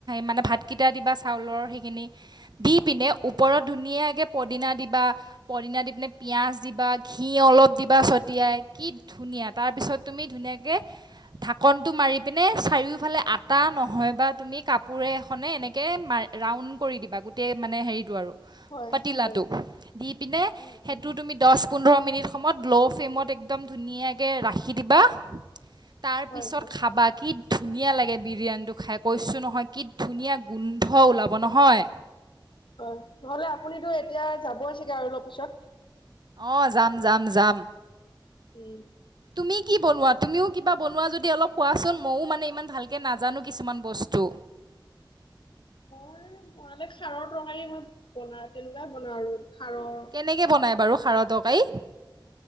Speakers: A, on the right; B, on the left.
A: মানে ভাতকেইটা দিবা চাউলৰ সেইখিনি দি পিনে ওপৰত ধুনীয়া কে পদিনা দিবা পদিনা দি পিনে পিয়াজ দিবা ঘি অলপ দিবা চটিয়াই কি ধু ধুনীয়া তাৰ পিছত তুমি ধুনীয়াকে ধাকনটো মাৰি পিনে চাৰিওফালে আতা নহয়। বা তুমি কাপোৰ এখনে এনেকৈ মা ৰাউণ্ড কৰি দিবা গোটেই মানে হেৰিটো আৰু।
B: হয়
A: পাতিলাটো
B: হয়
A: দি পিনে
B: উম
A: সেইটো
B: উম
A: তুমি দশ পোন্ধৰ মিনিট সময়ত ল' ফ্লেমত একদম ধুনীয়াকৈ ৰাখি দিবা। তাৰপিছত
B: হয় হয়
A: খাবা কি ধুনীয়া লাগে বিৰিয়ানীটো খাই। কৈছোঁ নহয় কি ধুনীয়া গোন্ধ ওলাব নহয়।
B: হয় নহ'লে আপুনিতো এতিয়া যাবই চাগে আৰু অলপ পিছত
A: অ যাম, যাম, যাম।
B: উম
A: তুমি কি বনোৱা তুমিও কিবা বনোৱা যদি অলপ কোৱাচোন ময়ো মানে ইমান ভালকৈ নাজানো কিছুমান বস্তু।
B: মই বনালে খাৰৰ তৰকাৰি মই বনা তেনেকুৱাই বনাওঁ আৰু খাৰৰ
A: কেনেকে বনায় বাৰু খাৰৰ তৰকাৰী